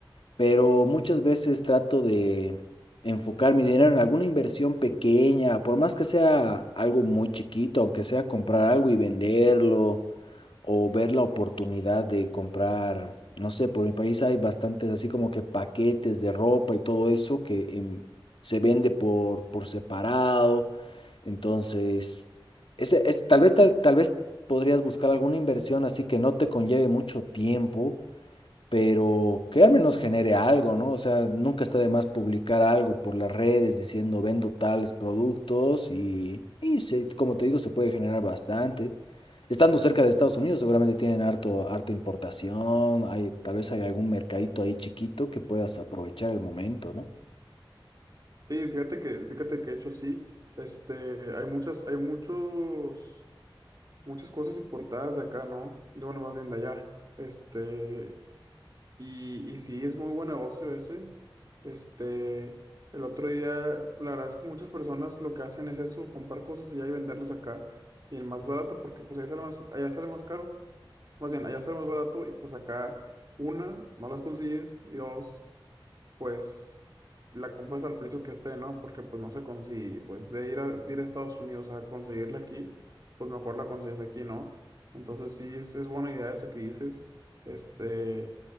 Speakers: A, on the left; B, on the right.
A: pero muchas veces trato de enfocar mi dinero en alguna inversión pequeña, por más que sea algo muy chiquito, aunque sea comprar algo y venderlo o ver la oportunidad de comprar, no sé, por mi país hay bastantes así como que paquetes de ropa y todo eso que em, se vende por, por separado. Entonces, ese, es, tal vez, tal, tal vez podrías buscar alguna inversión así que no te conlleve mucho tiempo pero que al menos genere algo, ¿no? O sea, nunca está de más publicar algo por las redes diciendo vendo tales productos y, y se- como te digo, se puede generar bastante. Estando cerca de Estados Unidos, seguramente tienen harto, harta importación, hay, tal vez hay algún mercadito ahí chiquito que puedas aprovechar el momento, ¿no?
B: Sí, fíjate que, fíjate que de hecho sí, este, hay muchas, hay muchos, muchas cosas importadas de acá, ¿no? De, bueno, más bien de allá, este, y, y sí, es muy buen negocio ese, este, el otro día, la verdad es que muchas personas lo que hacen es eso, comprar cosas allá y venderlas acá, y el más barato, porque pues allá sale más, allá sale más caro, más bien, allá sale más barato, y pues acá, una, no las consigues, y dos, pues la compras al precio que esté, ¿no? Porque pues no se consigue, pues de ir a, de ir a Estados Unidos a conseguirla aquí, pues mejor la consigues aquí, ¿no? Entonces sí, es, es buena idea esa que dices. Este,